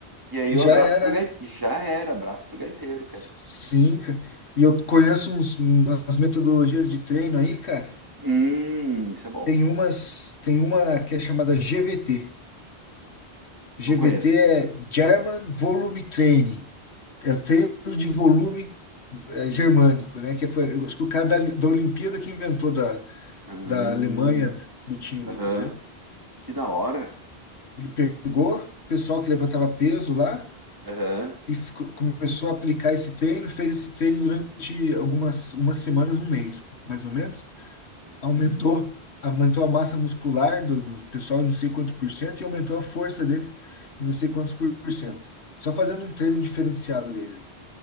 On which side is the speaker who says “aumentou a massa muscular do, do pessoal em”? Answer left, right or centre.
Left